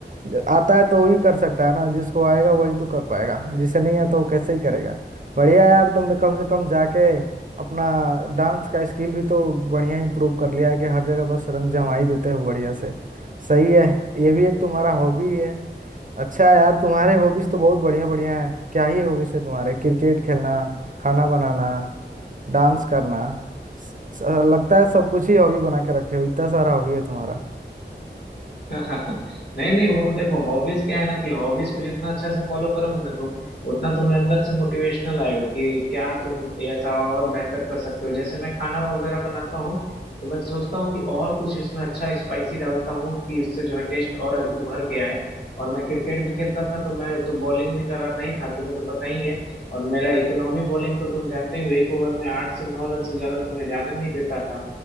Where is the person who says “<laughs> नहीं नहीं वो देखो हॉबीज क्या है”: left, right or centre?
Left